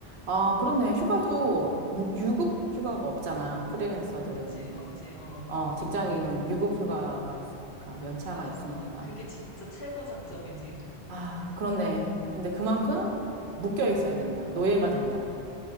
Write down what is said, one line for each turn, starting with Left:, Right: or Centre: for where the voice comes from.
Right: 아, 그렇네. 휴가도 무- 유급 휴가가 없잖아. 프리랜서들은.
Left: 그치, 없지, 어.
Right: 어, 직장인은 유급 휴가가 있으니까, 연차가
Left: 맞아.
Right: 있으니까.
Left: 아, 그게 진짜 최고 장점이지.
Right: 아, 그렇네. 근데 그만큼 묶여 있어야 된다. 노예가 된다.